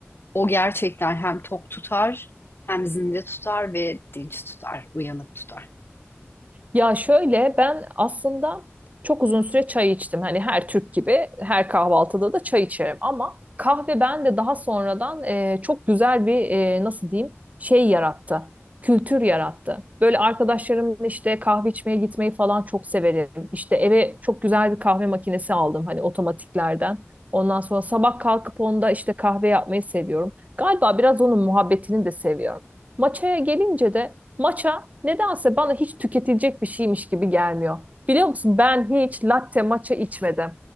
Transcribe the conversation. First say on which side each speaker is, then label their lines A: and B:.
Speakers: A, on the left (about 55°); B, on the right (about 35°).
A: O gerçekten hem tok tutar hem zinde tutar ve dinç tutar, uyanık tutar.
B: Ya şöyle ben aslında çok uzun süre çay içtim. Hani her Türk gibi her kahvaltıda da çay içerim ama kahve bende daha sonradan e, çok güzel bir e, nasıl diyeyim şey yarattı. Kültür yarattı. Böyle arkadaşlarımla işte kahve içmeye gitmeyi falan çok severim. İşte eve çok güzel bir kahve makinesi aldım hani otomatiklerden. Ondan sonra sabah kalkıp onda işte kahve yapmayı seviyorum. Galiba biraz onun muhabbetini de seviyorum. Maçaya gelince de Matcha nedense bana hiç tüketilecek bir şeymiş gibi gelmiyor. Biliyor musun ben hiç latte matcha içmedim.